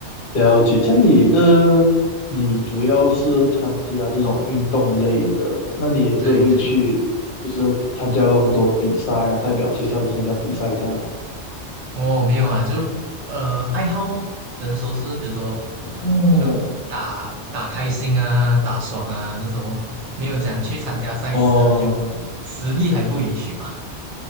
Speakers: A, on the left; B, on the right.
A: 了解。像你的，你主要是参加这种运动类的，那你也是会去，
B: 对对，
A: 就是参加过很多比赛啊，代表学校去参加比赛这样的。
B: 哦，没有啊，就呃爱好哦，只能说是比如说
A: 哦，
B: 就打打开心啊，打爽啊这种哦没有讲去参加赛事啊，
A: 嗯，哦
B: 就实力还不允许吧？